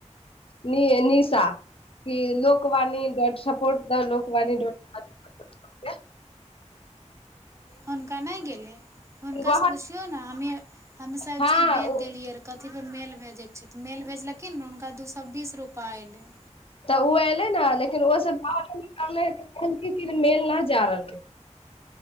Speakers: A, on the left; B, on the right.
A: नि निशा कि Lokvani dot support the Lokvani dot
B: हुनका नहि गेलै हुनकासँ
A: वह
B: पुछिियौ ने हमे ह सभचीज
A: हँ
B: भेच
A: ओ
B: देलियै रहऽ कथीपर मेल भेजयके तऽ मेल भेजलखिन ने हुनका दू सए बीस रुपैआ अयलै।
A: तऽ ओ एलै ने लेकिन ओसभ बाहरलै तऽ कहलिन कि मेल नहि जा रहलै।